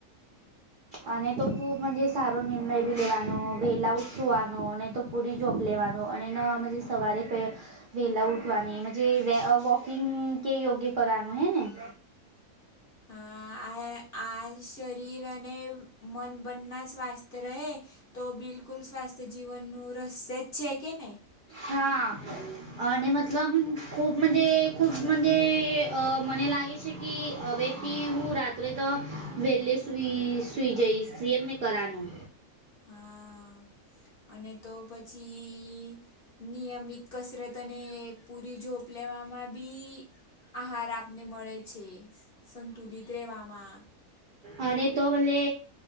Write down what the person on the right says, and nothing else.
અને તો ખુબજ સારો નિર્ણય બી લેવાનો વેલા છવાનો તો પૂરી જોપ લેવાનો અને સવારે પ વેલા ઉઠવાનીજ વ વોકિંગ કે યોગ્ય કરવાનું હૈ ને ને
હા અને મતલબ ખૂબ મજે ખૂબ મજે અ મને લાગે છે કે હવેથી હું રાત્રે તો વહેલે સુઈ સુઈ જઈશ એમને કરવાનું
અને તો મે,